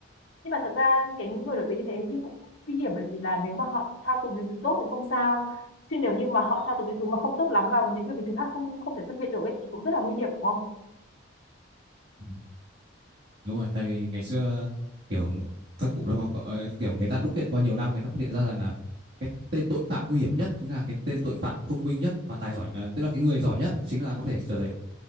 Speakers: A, on the left; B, on the right.
A: nhưng mà thật ra cái những người nổi tiếng như thế thì cũng nguy hiểm bởi vì là nếu mà họ thao túng những thứ tốt thì không sao chứ nếu như mà họ thao túng những thứ mà không tốt lắm vào những người bình thường khác không không thể phân biệt được ấy thì cũng rất là nguy hiểm đúng không
B: Ừ. đúng rồi tại vì ngày xưa kiểu các cụ đó có, có kiểu người ta đúc kết qua nhiều năm người ta phát hiện ra rằng là cái tên tội phạm nguy hiểm nhất chính là cái tên tội phạm thông minh nhất và tài giỏi à, tức là cái người giỏi nhất chính là có thể trở thành